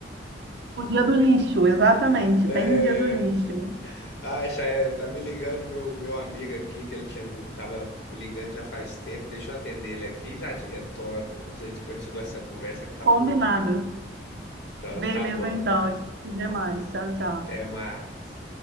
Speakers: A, on the right; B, on the left.
A: o dia do lixo, exatamente.
B: <laughs> É...
A: Tem o dia do lixo.
B: Ai, Chayane, tá me ligando meu, meu amigo aqui, que ele tinha, me- tava me ligando já faz tempo. Deixa eu atender ele aqui e já te retorno. A gente continua essa conversa que tá
A: Combinado.
B: boa. Então
A: Beleza,
B: tá bom.
A: então. A gente se vê mais. Tchau, tchau.
B: Até mais.